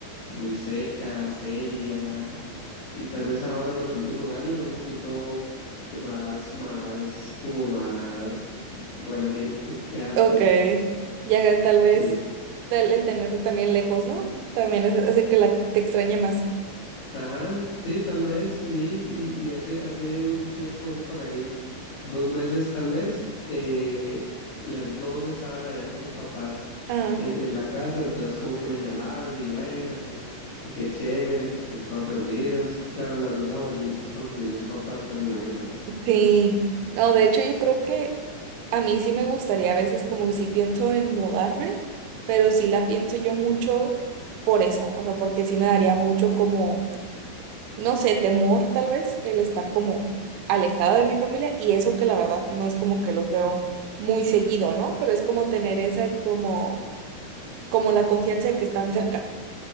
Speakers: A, on the left; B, on the right.
A: muy seca, seria, y tal vez ahora los últimos años un poquito más, más, como más buena gente que antes.
B: Ok. Ya tal vez
A: sí.
B: tal- el tenerse también lejos, ¿no? También es- hace que la, te extrañe más.
A: Ajá, sí, tal vez, sí, y, y hace, hace un tiempo, hace por ahí dos meses tal vez, eh, las dos estaban allá con mis papás
B: Ah,
A: en, en la casa, entonces como que me llamaron y bueno, que, que qué chévere, que estén todos reunidos. Claro, las dos abuelitas con mis dos papás, pues imagínate.
B: sí. No, de hecho yo creo que a mí sí me gustaría a veces como que sí pienso en mudarme, pero sí la pienso yo mucho por eso, o sea, porque sí me daría mucho como, no sé, temor tal vez el estar como alejado de mi familia y eso que la verdad no es como que los veo muy seguido, ¿no? Pero es como tener esa como, como la confianza de que están cerca.